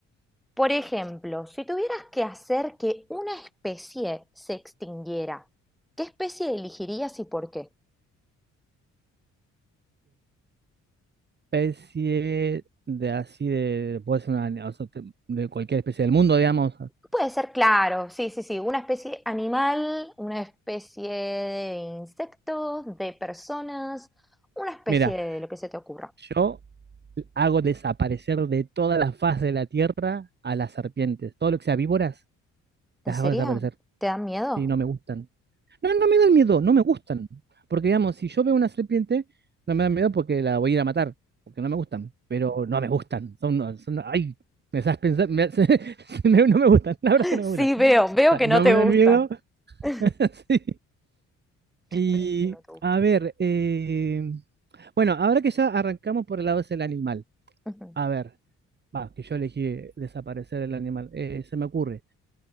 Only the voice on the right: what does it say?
Especie de así de. Puede ser una, o sea, te- de cualquier especie del mundo, digamos.
Mira,
yo hago desaparecer de toda la faz de la tierra a las serpientes. Todo lo que sea víboras,
las
hago desaparecer.
Sí, no me gustan. No, no me dan miedo, no me gustan. Porque, digamos, si yo veo una serpiente, no me dan miedo porque la voy a ir a matar, porque no me gustan, pero no me gustan. Son, no, son, ay, me haces pensar, <laughs> no me gustan, la verdad
es que no
me gustan.
O
sea,
no
me
dan miedo.
<laughs> Sí. Y,
a ver, eh, bueno, ahora que ya arrancamos por el lado del animal,
a ver, va, que yo elegí eh, desaparecer el animal, eh, se me ocurre.